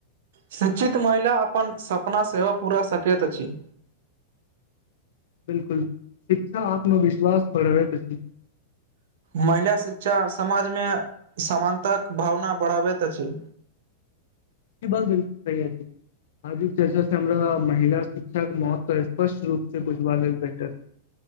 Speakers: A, on the right; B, on the left.
A: शिक्षित महिला अपन सपना सेहो पूरा सकैत अछि
B: बिल्कुल शिक्षा आत्मविश्वास बढ़बैत अछि
A: महिला शिक्षा समाजमे समानताक भावना बढ़ाबैत अछि
B: ई बात बिल्कुल सही अछि आजुक चर्चा से हमरा महिला शिक्षा केँ महत्व स्पष्ट रूप से बुझबा लेल भेटल